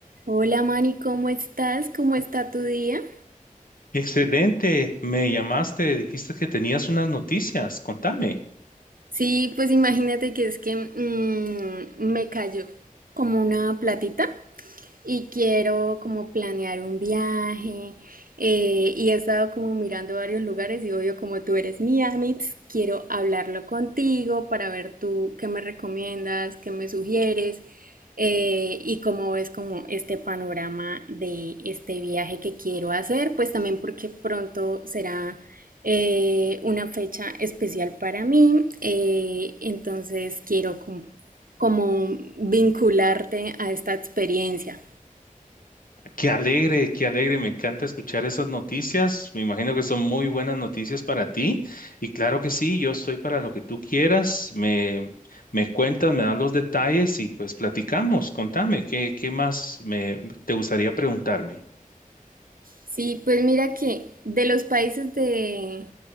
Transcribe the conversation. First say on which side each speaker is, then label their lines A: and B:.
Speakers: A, on the right; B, on the left.
A: Hola Mari, ¿cómo estás? ¿Cómo está tu día?
B: Excelente, me llamaste, dijiste que tenías unas noticias, contame.
A: Sí, pues imagínate que es que mm, me cayó como una platita y quiero como planear un viaje eh, y he estado como mirando varios lugares y obvio como tú eres mi Amitz, quiero hablarlo contigo para ver tú qué me recomiendas, qué me sugieres eh, y cómo ves como este panorama de este viaje que quiero hacer, pues también porque pronto será eh, una fecha especial para mí, eh, entonces quiero como, como vincularte a esta experiencia.
B: Qué alegre, qué alegre, me encanta escuchar esas noticias, me imagino que son muy buenas noticias para ti y claro que sí, yo estoy para lo que tú quieras, me, me cuentas, me das los detalles y pues platicamos, contame, ¿qué, qué más me, te gustaría preguntarme?
A: Sí, pues mira que de los países de